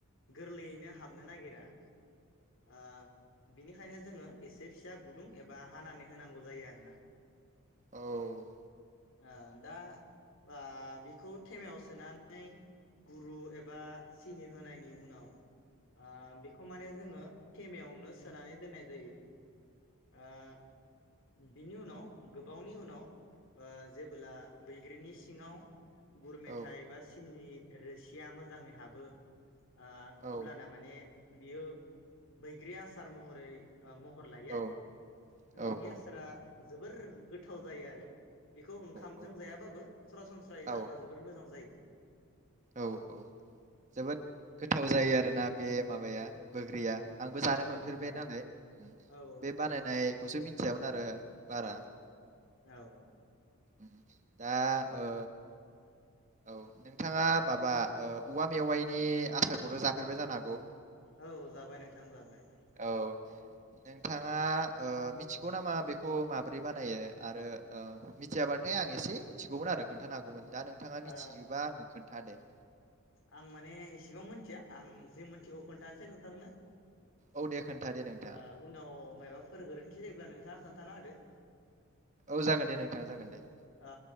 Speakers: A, on the left; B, on the right.
A: गोरलैयैनो हाबनो नागिमंज्ञमंरा--ओ बिनिखायनो जोङो एसे फिसा गुदुं एबा हानानै होनांगौ जायो आरो ना
B: औ
A: ओ दा बा बिखौ तेमायाव सोनानै गुरु एबा सिनि होनायनि उनाव ओ बेखौ माने जोङो थेमायावनो सोनानै दोननाय जायो ओ बिनि उनाव गो बावनि उन नाव जेबोला बैग्रिनि सिङाव गुर
B: औ
A: मेथाइ
B: औ
A: एबा सिनिनि रोसिया मोजाङै हाबो । ओ
B: औ
A: अब्लाना माने बियो बैग्रि आसार महरै ओ महर लायो
B: औ
A: आरो माने
B: औ
A: बे
B: औ
A: आसारा जोबोर गो थाव जायो आरो । बेखौ ओंखामजों
B: औ
A: जायाबाबो सरासनस्रायै
B: औ
A: जानो जोबोर मोजां जायो ।
B: औ औ जोबोद गोथाव जायो आरोना बे माबाया बोग्रिया । आंबो जानो
A: औ
B: मोनफेरबाय
A: नोंथां
B: नालाय
A: औ
B: बे बानायनायखौसो
A: औ
B: मि थिया मोन आरो बारा ।
A: औ
B: उम दा ओ औ नोंथाङा माबा ओ औवा मेवाइनि आसारखौथ' जाफेरबाय जानो हागौ?
A: औ जाबाय नोंथां जाबाय ।
B: औ नोंथाङा ओ मिथिगौ नामा बेखौ माब्रै बानायो आरो ओ मिथियाबाथाय आं एसे मिथिगौमोन आरो खोन्थानो हागौमोन दा नों थाङा मिथियोबा
A: ओ
B: आंनो खोन्था दे ।
A: आं माने एसेबां मिथिया आं जि मिथिगौ खोन्थानोसै नोंथांनो ।
B: औ दे खोन्था दे नोंथाङा
A: ओ उनाव मायबाफोर गोरोन्थि जायोब्ला नोंथाङा खोनथाना होदो ।
B: औ जागोन दे नोंथाङा जागोन दे ।
A: ओ